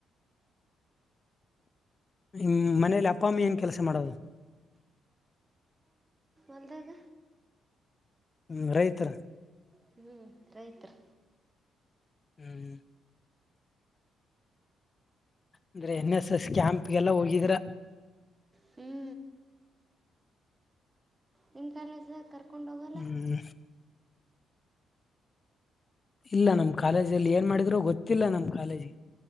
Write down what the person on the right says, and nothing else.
ಹಂದಾಗ
ಹ್ಞೂ ರೈತರು
ಹ್ಞೂ ನಿಮ ಕಾಲಸ ಕರ್ ಕುಂಡಗಲ